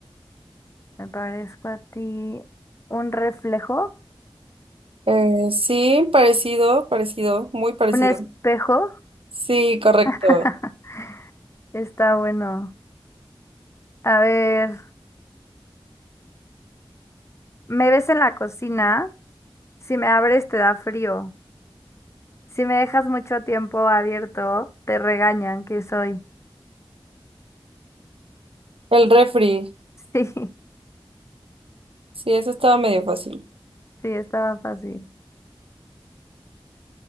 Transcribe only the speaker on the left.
Me parezco a ti. ¿Un reflejo?
¿Un espejo?
<laughs> Está bueno. A ver, me ves en la cocina, si me abres te da frío, si me dejas mucho tiempo abierto, te regañan, ¿qué soy?
<laughs> Sí.
Sí, estaba fácil.